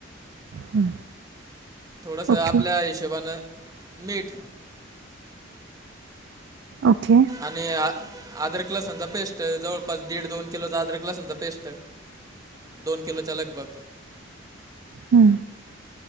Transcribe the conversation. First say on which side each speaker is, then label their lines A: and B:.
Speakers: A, on the right; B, on the right.
A: हं.
B: थोडस आपल्या
A: ओके
B: हिशशबनें मीठ
A: ओके
B: आणि आद्रक लसून च्या पेस्ट जवळपास दीड दोन किलोचा आद्रक लसन च्या पेस्ट दोन किलोच्या लगभग
A: हं.